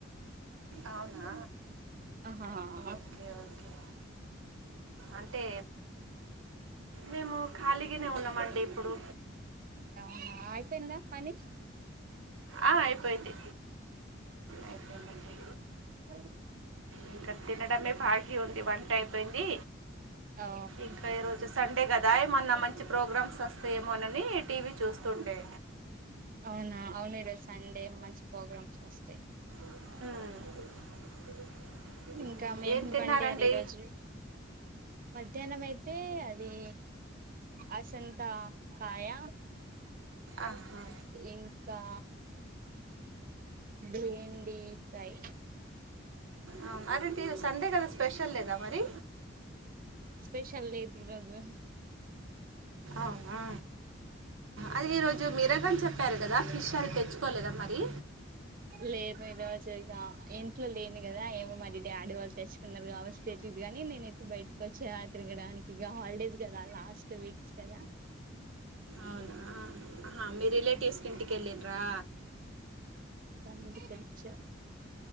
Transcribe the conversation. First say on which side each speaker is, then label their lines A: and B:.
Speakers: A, on the right (about 80°); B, on the right (about 45°).
A: అవునా
B: ఆహా ఆస్
A: ఓకే ఓకే అంటే మేము ఖాళీగానే ఉన్నామండి ఇప్పుడు
B: అవునా ఐపోయిందా పని
A: ఆ అయిపోయింది అయిపోయిందండి
B: అ
A: ఇంక తినడమే బాగీ ఉంది వంట అయిపోయింది
B: ఓ
A: ఇంకా ఈరోజు సండే కదా ఏమన్నా మంచి ప్రోగ్రామ్స్ వొస్తే మోనని టీ వీ చూస్తుండే
B: అవునా అవును ఈరోజు సండే మంచి ప్రోగ్రామ్స్ వొస్తే
A: ఉమ్ ఉమ్,
B: ఇంకా మేము
A: ఏం తిన్నారండి
B: వండారు ఈ రోజు ధ్యానం అయితే అది ఆసంతా కాయ
A: ఆహా
B: ఇంకా బెండి ఫ్రై
A: ఆ అదేంటి సండే కదా స్పెషల్ లేదా మరి
B: స్పెషల్ లేదు ఈరోజు
A: అవునా అది ఈ రోజు మీరా గన్ చెప్ ప్పారు కదా ఫిష్ అది తెచ్చుకోలేదా మరి
B: లేదు ఈ రోజు ఇగ ఇంట్లో లేను గదా ఏమో మరి డాడీ వాళ్ళు తెచ్చుకున్నారు కావచ్చు తెలిదు గానీ నేనైతే బయటకి వచ్చా తిరగడానికి ఇగ హాలిడేస్ గదా లాస్ట్ వీక్స్ కదా
A: అవునా హా మీ రిలేటివ్స్ కింటికి ఎళ్లిర్రా
B: ఎంటి కనిపిచ్చా